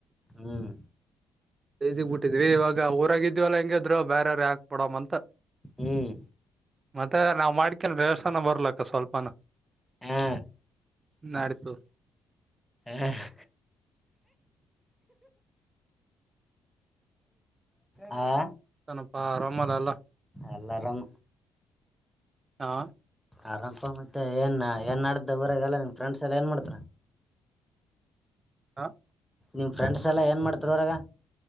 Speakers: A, in the centre; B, on the right (about 30°).
A: ಹ್ಮ್
B: ರೇಜಗ್ಬಟ್ಟಿದ್ವಿ ಇವಾಗ ಈಗ ಊರಾಗಿದ್ವಲ್ಲ ಹೆಂಗ್ ಇದ್ರೂ ಬೆರೆವರಿಗೆ. ಪಡಂತ
A: ಹ್ಮ್
B: ಮತ್ತ ನಾವ್ ಮಾಡ್ಕನ್ ವ್ಯವಸ್ಥೆ. ಚಂಜೆತನ ಬರ್ಲಕ್ಕ ಸ್ವಲ್ಪನ
A: ಹಾ
B: ನಡತು.
A: ಹ ಹಾ
B: ಏನಪ್ಪಾ ಆರಾಮ ಅಲ್ಲ ನಲ್ಲ
A: ಅಲ್ಲಾರಂ
B: ಹಾ
A: ಆರಂಪ ಮತ್ತೆ ಏನ್ ಏನ್ ಮಾಡಡ್ದ ದವರಲ್ಲಫ್ರೆ್ಸ್ ಎ ನ್ ಮಾಡ
B: ಹಾ
A: ನಿಮ್ ಫ್ರೆಂಡ್ಸ್ ಎಲ್ಲಾ ಏನ್ ಮಾಡ್ತಾರೆ ಹೊರಾಗ